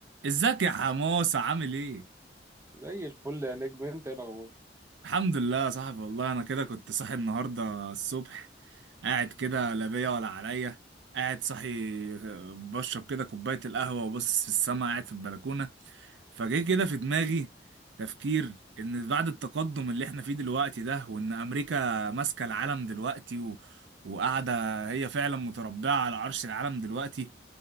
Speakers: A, on the right (about 80°); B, on the right (about 15°).
A: ازيك يا حماسة عامل ايه؟
B: زي الفل يا نجم انت ايه الاخبار
A: الحمد لله يا صاحبي والله انا كده كنت صاحي النهاردة الصبح قاعد كده لا بيا ولا عليا قاعد صاحي آه، بشرب كده كوباية القهوة وبص في السما قاعد في البلكونة فجه كده في دماغي تفكير ان بعد التقدم اللي احنا فيه دلوقتي ده وان امريكا ماسكة العالم دلوقتي و... وقاعدة هي فعلا متربعة على عرش العالم دلوقتي